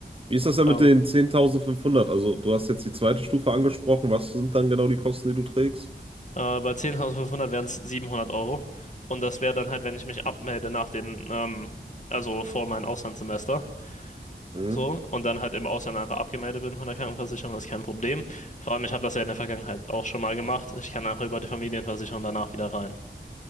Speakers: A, on the right (about 30°); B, on the left (about 40°).
A: Wie ist das denn
B: Ähm,
A: mit den 10.500? Also, du hast jetzt die zweite Stufe angesprochen. Was sind dann genau die Kosten, die du trägst?
B: äh, bei 10.500 wären es 700 Euro. Und das wäre dann halt, wenn ich mich abmelde nach den, ähm, also vor meinem Auslandssemester.
A: Mhm,
B: So, und dann halt im Ausland einfach abgemeldet bin von der Krankenversicherung, ist kein Problem. Vor allem, ich habe das ja in der Vergangenheit auch schon mal gemacht. Ich kann einfach über die Familienversicherung danach wieder rein,